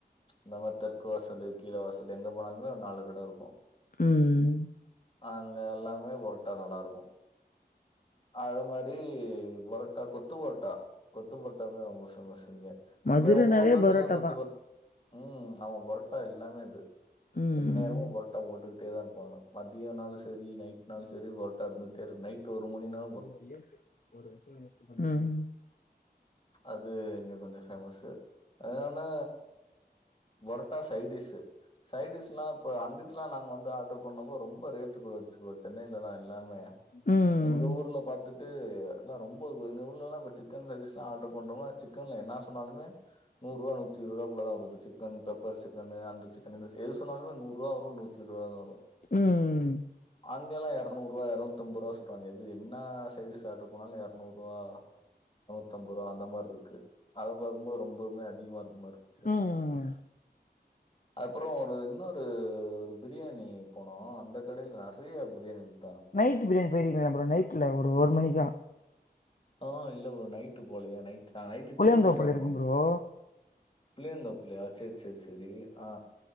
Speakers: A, on the left (about 30°); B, on the left (about 50°).
A: இந்த மாறி தெற்கு வாசலு கீழ வாசல் எங்க போனாலுமே ஒரு நாலு கடை இருக்கும்
B: ம்
A: அங்க எல்லாமே பரோட்டா நல்லா இருக்கும் அதே மாறி றி பரோட்டா கொத்து பரோட்டா கொத்து பரோட்டா தா ரொம்ப பேமஸ் இங்க
B: மதுரனாவே
A: இல்ல உங்க ஊர்ல
B: பரோட்டா
A: சைட் எல்லா கொத்து
B: தா
A: புரோ உம் ஆமா பரோட்டா இல் எப்பமே இது
B: ம்
A: எந்நேரமு பரோட்டா போட்டுக்கிட்டே தா இருப்பாங்க மதியனாலும் சரி நைட்னாலும் சரி பரோட்டா இருந்து கிட்டே இருக்கு நைட் டு ஒரு மணி னா
B: <inaudible> உம்
A: அது இங்க கொஞ்சோ ஃபேமஸ்சு இன்னொன்னு புரட்டா சைடிஸ்சு சைட்டிஷ் எல்லா இப்ப அங்கிட்டுலா நாங்க வந்து ஆர்டர் பண்ணப்போ ரொம்ப ரேட்டு கூட இருன்சிகோ சென்னைல்லா எல்லாமே
B: ம்
A: எங்க ஊர்ல பாத்துட்டு எல்லா ரொம்ப எங்க ஊர்ல்லா இப்ப சிக்கன் ரைஸ்ல்லா ஆர்டர் பண்றம்னா சிக் கன்ல என்னா சொன்னாலுமே நூற்ரூபா நூத்தி இருவது ரூபாகுள்ள தா வரும் சிக்கன் பெப்பர் சிக்கனு அந்த சிக் கனு எது சொன்னாலுமே நூற் ரூவா வரும் நூத்தி இருவது ரூவா தா வரும்
B: ம்
A: அங்கல்லா இரநூற் ரூவா இருநூத்தி அம்பது ரூபா சொல்றாங்க எது என்னா சைடிஸ் ஆர்டர் பண்ணாலு. இரநூற் ரூவா நூத்தம்பது ரூவா அந்த மாறி இருக்கு அதை பாக்கும் போது ரொம்பவுமே அதிகமா இருக்க மாறி இருன்ச்சு
B: ம்
A: அப்பறோ ஒரு இன்னொரு ஒரு பிரியாணி போனோ அந்த கடையில நறைய பிரியாணி குடுத்
B: நைட் பிரியாணி போயிருங்கீங்ளா ப்ரோ நைட்ல ஒரு மணிக்கா
A: அ இல்ல ப்ரோ நைட்டு போலையே நைட் நைட்டு
B: புளியாந்தோப்புல
A: டீ குடிக்கதா
B: இருக்கும்
A: போனோ
B: ப்ரோ
A: புளியந்தோப்புலயா சேர் சேர் சரி ஆ